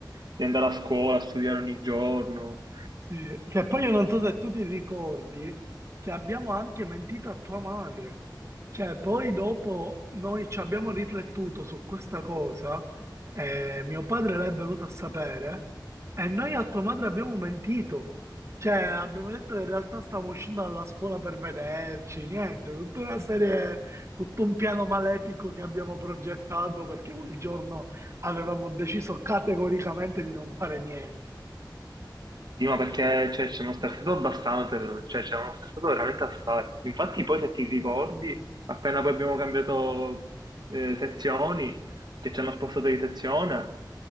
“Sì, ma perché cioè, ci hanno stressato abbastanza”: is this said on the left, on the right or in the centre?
Right